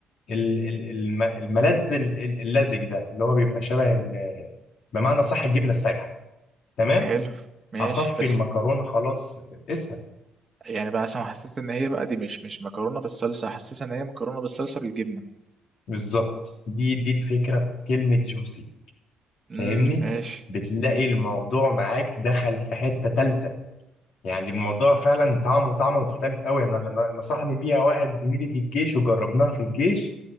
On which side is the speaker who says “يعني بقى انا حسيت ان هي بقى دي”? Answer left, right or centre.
Right